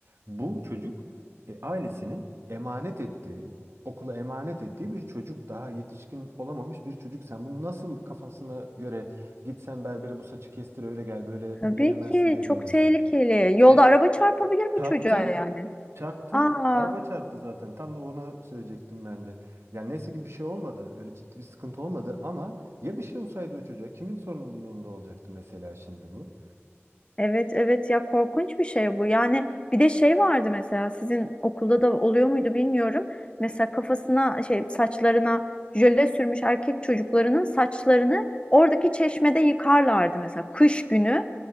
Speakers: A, on the right; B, on the left.
A: bu çocuk e, ailesinin emanet ettiği okula emanet ettiği bir çocuk daha yetişkin olamamış bir çocuk sen bunu nasıl kafasına göre gitsen berbere bu saçı kestir öyle gel böyle
B: tabii
A: gelemezsin
B: ki
A: diye
B: çok
A: gönderirsin.
B: tehlikeli. Yolda
A: E,
B: araba çarpabilir bu
A: Çarptı.
B: çocuğa yani.
A: Çarptı.
B: Aa,
A: Araba çarptı zaten. Tam da onu söyleyecektim ben de. Yani neyse ki bir şey olmadı. Öyle ciddi bir sıkıntı olmadı ama ya bir şey olsaydı o çocuğa kimin sorumluluğunda olacaktı mesela şimdi bu?
B: Evet evet ya korkunç bir şey bu. Yani bir de şey vardı mesela sizin okulda da oluyor muydu bilmiyorum. Mesela kafasına şey saçlarına jöle sürmüş erkek çocuklarının saçlarını oradaki çeşmede yıkarlardı mesela kış günü.